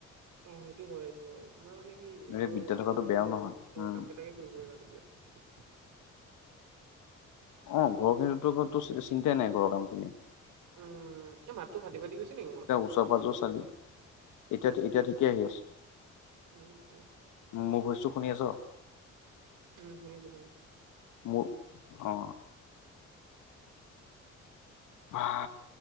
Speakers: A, on the right (about 80°); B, on the left (about 85°).
A: অ সেইটো হয় সেইটো হয় তোমাৰ মানে কি নিজৰ
B: এইবিলাক বিদ্যা থকাটো
A: নিজৰ
B: বেয়াও নহয়
A: ঘৰৰ
B: উম
A: কাম কেইটাকে খুবিবতিতিয়া <unintelligible>
B: অ ঘৰৰ খিনিতো চিন্তাই নাই ঘৰৰ কামখিনি।
A: উম এই মাতটো ফাটি ফাটি গৈছে নেকি মোৰ।
B: ওচৰে পাঁজৰ চালি এতিয়া এতিয়া ঠিকে আহি আছে।
A: উম উম
B: মোৰ কৈছোঁ শুনি আছ?
A: উম শুনিছো শুনিছো!
B: মোৰ অ হা